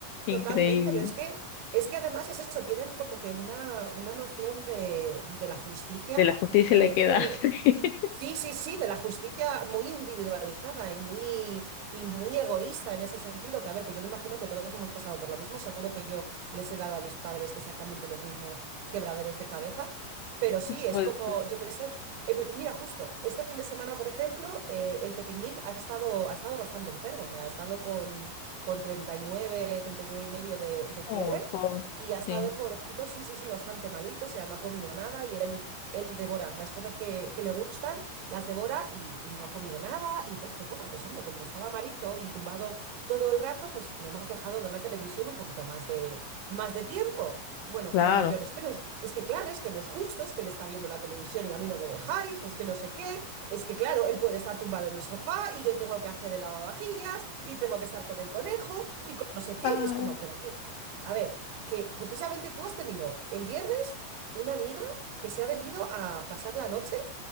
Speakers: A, on the left; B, on the right.
A: Increíble,
B: totalmente, pero es que, es que además es eso, tienen como que una, una noción de, de la justicia
A: de la justicia
B: eh,
A: le queda, <laughs>
B: Sí, sí, sí, de la justicia muy individualizada y muy, y muy egoísta en ese sentido, que a ver, que yo me imagino que todos hemos pasado por lo mismo, seguro que yo les he dado a mis padres exactamente los mismos quebraderos de cabeza, pero sí, es
A: pues,
B: como, yo qué sé, Eh, pues mira, justo, este fin de semana, por ejemplo, eh, el Petiñín ha estado, ha estado bastante enfermo, o sea, ha estado con, con 39, 39 y nueve y medio de, de fiebre.
A: no, pobre,
B: Y ha estado
A: sí,
B: el pobrecito, sí, sí, sí, bastante malito, o sea, no ha comido nada y él él devora las cosas que, que le gustan, las devora y, y no ha comido nada. Y entonces, pues bueno, pues hombre, como estaba malito y tumbado todo el rato, pues le hemos dejado ver la televisión un poquito más de, más de tiempo. Bueno,
A: claro,
B: pues la mayor es que no es, es que claro, es que no es justo, es que él está viendo la televisión y a mí no me dejáis, es que no sé qué, es que claro, él puede estar tumbado en el sofá y yo tengo que hacer el lavavajillas y tengo que estar con el conejo y con no sé qué,
A: ah,
B: y es como, pero a ver, a ver, que precisamente tú has tenido el viernes una amiga que se ha venido a pasar la noche.